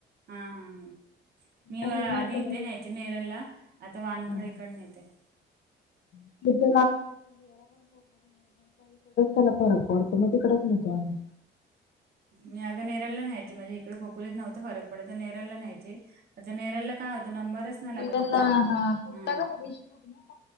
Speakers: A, on the right (about 50°); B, on the left (about 60°).
A: हा, हा, हं. मी
B: अरे
A: आधी
B: नाही तर
A: इथे
B: काय.
A: न्यायचे नेरलला आता वानखडेकडे
B: हा.
A: नेते.
B: <unintelligible> इकडेच त्याला फरक पडतो, मग तिकडेच नेतो आम्ही.
A: मी अगं नेरळला न्याचे म्हणजे इकडे खोपोलीत नव्हतं फरक पडत तर नेरळला न्याहचे. आता नेरळला काय होतं नंबरच नाय लागत
B: निगलला
A: अजिबात.
B: हा कुठला
A: हां.
B: का रेशमग ना